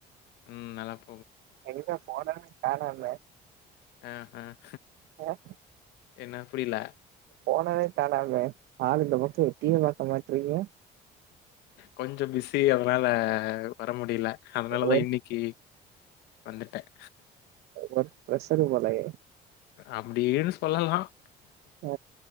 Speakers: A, on the left; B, on the right.
A: உம் நலம்
B: எங்க போனவே காணோமே
A: ஆஹ் ஹாஹ்
B: அ
A: என்ன புரில
B: போனவே காணாமே ஆளு இந்த பக்கம் எட்டியே பாக்க மாட்றீங்க
A: கொஞ்சம் பிஸி அதனால வர முடி டில அதனாலதான்
B: ஒர்க்
A: இன்னைக்கி வந்துட்டேன்
B: ஒர்க் ப்ரெஷரு போலயே
A: அப்டி இரு சொல்லலாம்
B: அ